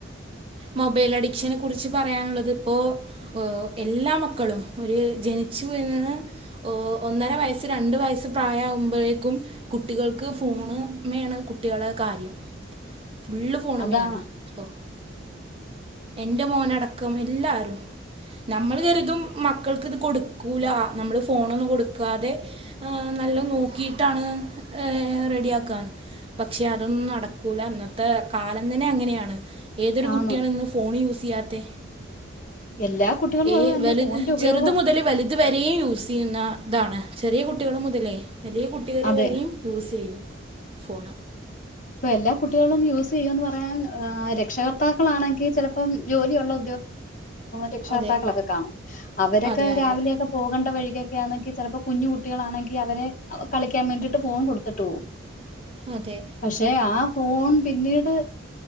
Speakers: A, on the right (about 30°); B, on the left (about 40°).
A: മൊബൈൽ അഡിക്ഷനെ കുറിച്ച് പറയാനുള്ളത് ഇപ്പോൾ എല്ലാ മക്കളും ഒരു ജനിച്ചു വീഴുന്നത് ഒന്നര വയസ്സ് രണ്ട് വയസ്സ് പ്രായമാവുമ്പോഴേക്കും കുട്ടികൾക്ക് ഫോണ്മേണ് കുട്ടികളെ കാര്യം ഫുള്ള് ഫോണമ്മയാണ്
B: അതാ
A: ഇപ്പോൾ എന്റെ മോനടക്കം എല്ലാരും നമ്മൾ കരുതും മക്കൾക്ക് ഇത് കൊടുക്കൂല നമ്മള് ഫോണൊന്നും കൊടുക്കാതെ ആഹ് നല്ലോ നോക്കിയിട്ടാണ് ഏഹ് റെഡിയ ആക്കന്ന് പക്ഷെ അതൊന്നും നടക്കൂല ഇ ന്നത്തെ കാലം തന്നെ അങ്ങനെയാണ് ഏതൊരു കുട്ടിയാണ
B: ആന്ന്
A: ഇന്ന് ഫോൺ യൂസ് ചെയ്യാത്ത
B: എല്ലാ കുട്ടികളും
A: ഏഹ്
B: അത് തന്നെ
A: വലുത്
B: ഫോണിന്റെ ഉപയോഗം
A: ചെറുത് മുതല് വലു ഇതുവരെയും യൂസ് ചെയ്യുന്ന ഇതാണ് ചെറിയ കുട്ടികൾ മുതലേ വലിയ കുട്ടികർ
B: അതെ
A: വരെയും യൂസ് ചെയ്യും ഫോൺ
B: ഇപ്പൊ എല്ലാ കുട്ടികളും യൂസ് ചെയ്യന്ന് പറയാൻ രക്ഷകർത്താക്കളാണെങ്കിൽ ചിലപ്പം ജോലിയുള്ള രക്ഷകർത്താക്കളൊക്കെ
A: അതെ
B: കാണും അവരക്കൊ
A: അതെ അതെ
B: രാവിലെ പോകേണ്ട വഴിക്കെയാണെങ്കിൽ ചിലപ്പോൾ കുഞ്ഞു കുട്ടികളാണെങ്കിൽ അവരെ കളിക്കാൻ വേണ്ടിയിട്ട് ഫോൺ കൊടുത്തിട്ട് പോകും
A: അതെ
B: പക്ഷെ ആ ഫോൺ പിന്നീട്